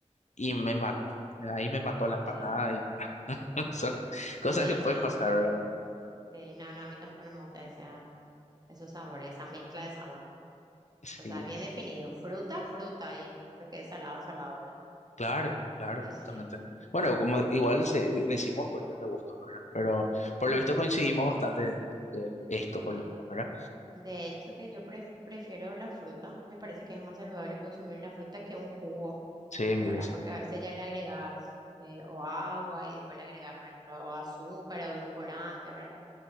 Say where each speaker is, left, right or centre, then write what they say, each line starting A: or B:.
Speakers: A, on the left (about 70°); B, on the right (about 35°).
A: Y me mata. Ahí me mató la empanada
B: sí,
A: y <laughs> son cosas
B: sí,
A: que pueden
B: no,
A: pasar,
B: a mí,
A: ¿verdad?
B: sí, no, no, a mí tampoco no me gusta esa, esos sabores, esa mezcla de sabor.
A: Sí,
B: O sea, bien definido, fruta, fruta y lo que es salado, salado, ¿verdad?
A: claro, claro,
B: Pero sí,
A: justamente. Bueno, como igual se, decimos cuestión de gustos, ¿verdad? Pero por
B: sí.
A: lo visto coincidimos bastante en lo que- esto, por
B: Eh,
A: lo menos, ¿verdad?
B: de hecho, que yo pref- prefiero la fruta. Me parece que es más saludable consumir la fruta que un jugo,
A: Sí, mil
B: ¿verdad?
A: veces.
B: Porque a veces ya le agregas eh, o agua y después le agregas, por ejemplo, o azúcar, edulcorante, ¿verdad?